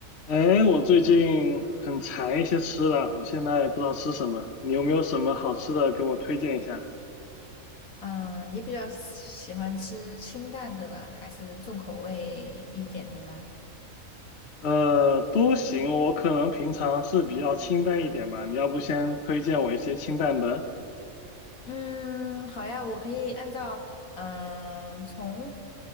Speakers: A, on the left; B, on the left.
A: 哎，我最近很馋一些吃的，我现在不知道吃什么，你有没有什么好吃的给我推荐一下？
B: 嗯、呃你比较喜欢吃清淡的呢，还是重口味一点的呢？
A: 呃，都行，我可能平常是比较清淡一点吧，你要不先推荐我一些清淡的
B: 嗯，好呀，我可以按照嗯、呃从